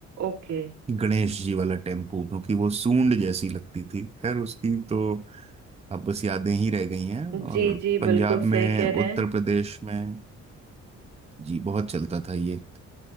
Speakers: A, on the right (about 70°); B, on the right (about 20°).
A: ओके
B: गणेश जी वाला टेम्पू क्योंकि वो सूंड जैसी लगती थी खैर उसकी तो अब बस यादें ही रह गई हैं और
A: जी जी
B: पंजाब
A: बिल्कुल सही
B: में
A: कह रहे
B: उत्तर
A: हैं
B: प्रदेश में जी बहुत चलता था ये